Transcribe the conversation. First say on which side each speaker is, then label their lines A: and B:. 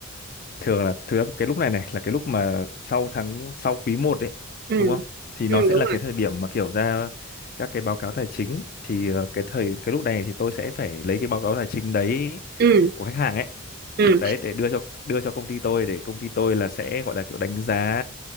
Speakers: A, on the left; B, on the right.
A: thường là thứ cái lúc này này là cái lúc mà sau tháng sau quý một đấy
B: ừ,
A: đúng không thì
B: ừ
A: nó sẽ
B: đúng
A: là cái
B: rồi
A: thời điểm mà kiểu ra các cái báo cáo tài chính thì ờ, cái thời cái lúc này thì tôi sẽ phải lấy cái báo cáo tài chính đấy
B: ừ
A: của khách hàng ấy
B: ừ
A: đấy để đưa cho đưa cho công ty tôi để công ty tôi là sẽ gọi là kiểu đánh giá